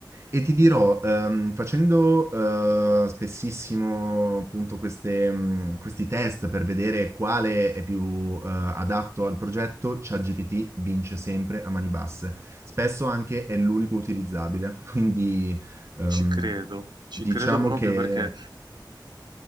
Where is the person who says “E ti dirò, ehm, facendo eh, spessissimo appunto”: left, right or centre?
Right